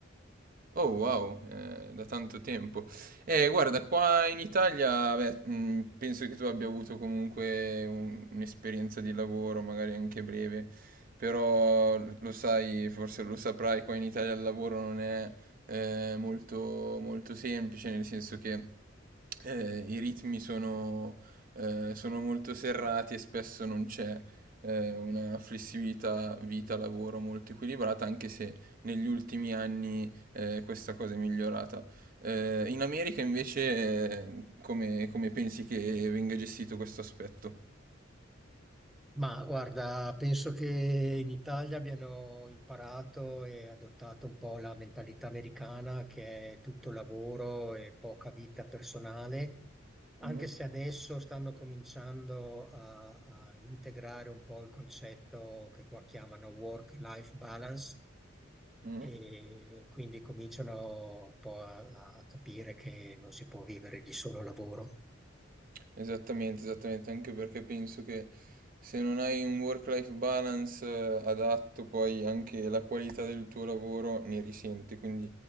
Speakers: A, on the right (about 45°); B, in the centre.
A: Oh wow, eh, da tanto tempo. Eh, guarda, qua in Italia, beh, mh, penso che tu abbia avuto comunque un- un'esperienza di lavoro, magari anche breve, però lo sai, forse lo saprai, qua in Italia il lavoro non è eh, molto, molto semplice, nel senso che eh, i ritmi sono, eh, sono molto serrati e spesso non c'è eh, una flessibilità vita-lavoro molto equilibrata, anche se negli ultimi anni eh, questa cosa è migliorata. Eh, in America invece, eh, come, come pensi che venga gestito questo aspetto?
B: Ma guarda, penso che in Italia abbiano imparato e adottato un po' la mentalità americana che è tutto lavoro e poca vita personale, anche
A: Mm?
B: se adesso stanno cominciando a, a integrare un po' il concetto che qua chiamano work-life balance
A: Mm?
B: e quindi cominciano un po' a a capire che non si può vivere di solo lavoro.
A: Esattamente, esattamente, anche perché penso che se non hai un work-life balance eh, adatto, poi anche la qualità del tuo lavoro ne risente, quindi